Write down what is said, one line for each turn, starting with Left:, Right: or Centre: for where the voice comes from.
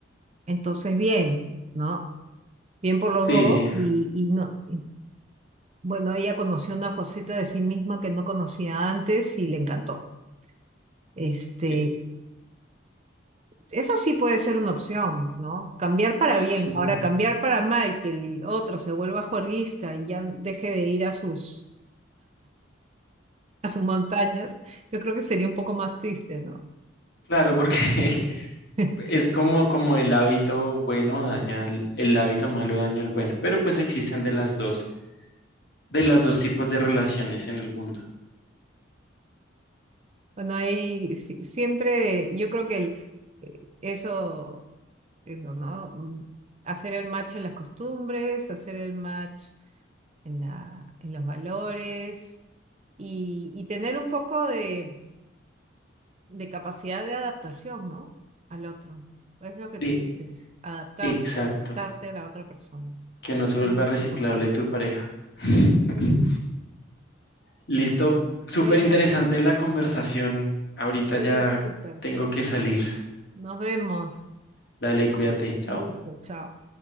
Right: entonces bien, ¿no? Bien por los
Left: Sí,
Right: dos y, y no, y, bueno, ella conoció una faceta de sí misma que no conocía antes y le encantó. Este,
Left: eh,
Right: Eso sí puede ser una opción, ¿no? Cambiar para
Left: sí.
Right: bien. Ahora, cambiar para mal, que el otro se vuelva juerguista y ya deje de ir a sus, a sus montañas, yo creo que sería un poco más triste, ¿no?
Left: Claro, porque <laughs>
Right: <laughs>
Left: Es como, como el hábito bueno daña al- el hábito malo daña al bueno, pero pues existen de las dos,
Right: Sí.
Left: de los dos tipos de relaciones en el mundo.
Right: Bueno, ahí si- siempre, yo creo que el, eh, eso, eso, ¿no? Mm, Hacer el match en las costumbres, hacer el match en la, en los valores y, y tener un poco de de capacidad de adaptación, ¿no? Al otro. Es lo que
Left: E-
Right: tú dices, adaptarte,
Left: exacto,
Right: adaptarte a la otra persona.
Left: que no se
Right: Es
Left: vuelva
Right: lo más
Left: reciclable
Right: importante.
Left: tu pareja. <laughs>
Right: ¿Mm?
Left: Listo, súper
Right: Bueno,
Left: interesante la conversación. Ahorita
Right: sí,
Left: ya
Right: súper.
Left: tengo que salir.
Right: Nos vemos.
Left: Dale, cuídate, chao.
Right: Un gusto, chao.